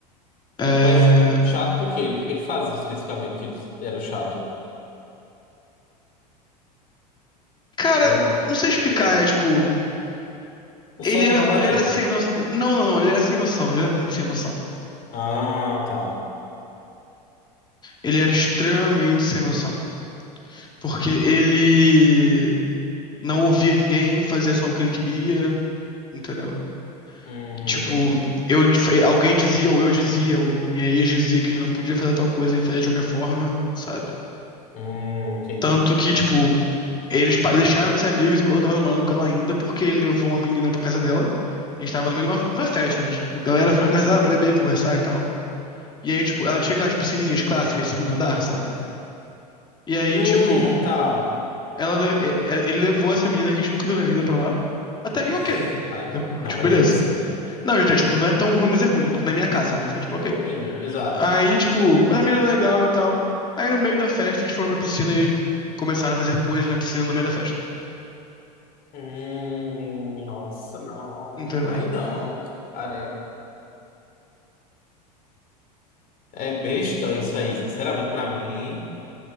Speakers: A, on the left (about 20°); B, on the left (about 40°).
A: É...
B: Mas chato por quê? Ele- O que que ele fazia especificamente que ele era chato?
A: Cara,
B: Eu não,
A: não sei explicar,
B: não vi nada.
A: é tipo,
B: O
A: ele
B: santo
A: era,
B: não bateu.
A: ele era sem noção. Não, não, não, ele era sem noção, ele era muito sem noção.
B: Ah, tá.
A: Ele era extremamente sem noção. Porque ele não ouvia ninguém, fazia só o que ele queria, entendeu?
B: Hum,
A: Tipo,
B: entendi.
A: eu, alguém dizia, ou eu dizia, ou minha ex dizia que ele não podia fazer tal coisa e ele fazia de qualquer forma, sabe?
B: Hum, entendi.
A: Tanto que, tipo, eles pa- deixaram de ser amigos enquanto eu tava namorando com ela ainda, porque ele levou uma menina pra casa dela. A gente tava no meio de uma, uma festa, né? Tipo, a galera foi
B: Uhum.
A: na casa dela pra beber, conversar e tal. E aí, tipo, ela tinha aquelas piscininhas clássicas de segundo andar, sabe? E aí,
B: Hum,
A: tipo,
B: tá.
A: Ela, le- e- e- ele levou essa menina que a gente nunca viu na vida pra lá. Até
B: Ixi,
A: aí, ok.
B: cara.
A: Tem
B: Não,
A: Tipo,
B: mas
A: beleza.
B: mesmo assim, né?
A: Não, já, já, tipo, não é tão ruim, mas é ruim, porque na minha casa, né? Fiquei, tipo, ok.
B: Sim, exato.
A: Aí, tipo, mas a menina é legal e tal. Aí, no meio da festa, eles foram pra piscina e começaram a fazer coisas na piscina no meio da festa.
B: Hum, nossa, não.
A: Entendeu?
B: Aí não, cara. É meio estranho isso aí, sinceramente, pra mim.